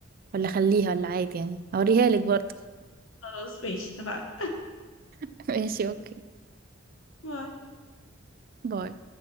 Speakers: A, on the right; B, on the left.
A: ولا اخليها ولا عادي يعني اوريها لك برضه
B: خلاص ماشي اتفقنا
A: <laughs> ماشي اوكي
B: باي.
A: باي